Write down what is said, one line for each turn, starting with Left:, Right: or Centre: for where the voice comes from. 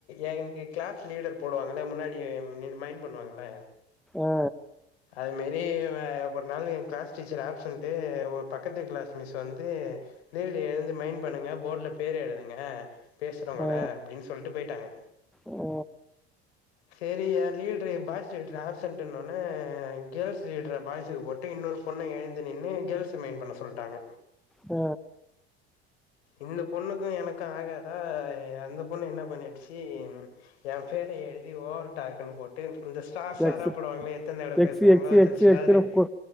Left: எனக்கு கிளாஸ் லீடர் போடுவாங்கள முன்னாடி நின் மைண்ட் பண்ணுவாங்கள
Centre: ஆ
Left: அது மாரி ஆ ஒரு நாள் எ கிளாஸ் டீச்சர் ஆப்சன்டு ஒரு பக்கத்து கிளாஸ் மிஸ் வந்து லீடர் எழுந்து மைன்டு பண்ணுங்க போர்டுல பேர் எழுதுங்க பேசுறவங்களே
Centre: ஆ
Left: அப்பிடின்னு சொல்லிட்டு போயிட்டாங்க
Centre: ஆ
Left: செரி ஏ லீடுரு பாய் லீடுரு ஆப்சென்ட்டுனுனே ஆ கேள்ஸ் லீடர பாய்ஸுக்கு போட்டு இன்னொரு பொண்ண எழுந்து நின்னு கேள்ச மயின் பண்ண சொல்லிட்டாங்க
Centre: ஆ
Left: இந்த பொண்ணுக்கு எனக்கு ஆகாதா அந்த பொண்ணு என்ன பண்ணிடிச்சு ஏ பேரே எ எழுதி ஓவர் டாக்குனு போட்டு இந்த ஸ்டார் ஸ்டாரா
Centre: எக்ஸ்
Left: போடுவாங்களே எத்தி எவ்ளோ
Centre: எக்ஸ்
Left: பேசுறாங்களோ
Centre: எக்ஸ்
Left: அத்தன
Centre: எக்ஸ்
Left: ஸ்டாரு
Centre: எக்ஸ்னு போ